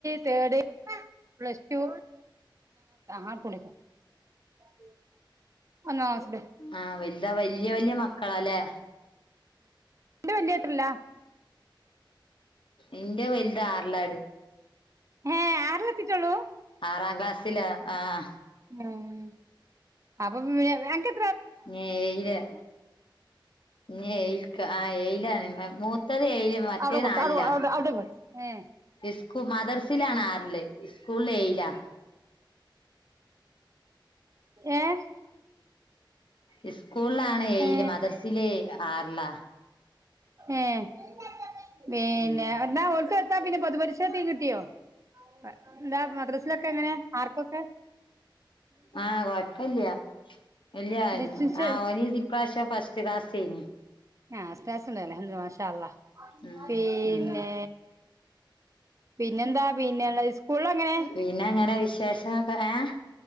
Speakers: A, on the right; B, on the left.
A: തേർഡ്. പ്ലസ് ടു ആർ കുളിക്ക <unintelligible>
B: ആഹ് വൽത വല്യ വല്യ മക്കളാല്ലേ?
A: ഇന്റെ വല്യഹ് എട്ട്ല്ലാ.
B: ഇന്റെ വൽത് ആറിലാടി.
A: ഏഹ് ആറ്ലെത്തീറ്റൊള്ളു.
B: ആറാം ക്ലാസ്സിലാ. ആഹ്
A: ഏഹ് അപ്പം എ അൻക്കെ
B: ഇഞ്ഞേയിലാ. ഇഞ്ഞേഴ്ക്ക ആഹ് ഏയിലാണ് മൂത്തത് ഏയില് മറ്റത്
A: അവിടെ കൊടുക്ക
B: നാലിലാ.
A: അവിടെ അവിടെ പോയി ഏ
B: ഇസ്കു മദർസിലാണാറില് ഇസ്കൂളില് ഏയിലാ.
A: ഏഹ്
B: ഇസ്കൂൾലാണ് ഏയില്
A: ഏ
B: മദർസില് ആറ്ലാ.
A: ഏഹ് പിന്നെ
B: ഉം
A: എന്നാ ഓൽക്ക് എത്താ പിന്നെ പൊതുപരിഷെക്കെത്തീം കിട്ട്യോ? അ ന്താ മദ്രസിലൊക്കെ എങ്ങനെ മാർക്കൊക്കെ?
B: ആഹ് കൊയപ്പല്ല്യ ഇല്ല
A: ഡിസ്റ്റൻസ്
B: ആ ഓന് ഇതി പ്രാവശ്യം ഫസ്റ്റ് ക്ലാസേനി.
A: ആഹ് ഫസ്റ്റ് ക്ലാസുണ്ടല്ലേ അൽഹംദു മാഷാ അള്ളാഹ്
B: ഉം
A: പീന്നേ
B: ഉം
A: പിന്നെന്താ പിന്നെ അല്ല സ്കൂൾലെങ്ങനെ?
B: പിന്നെ അങ്ങനെ വിശേഷൊക്കെ ഏഹ്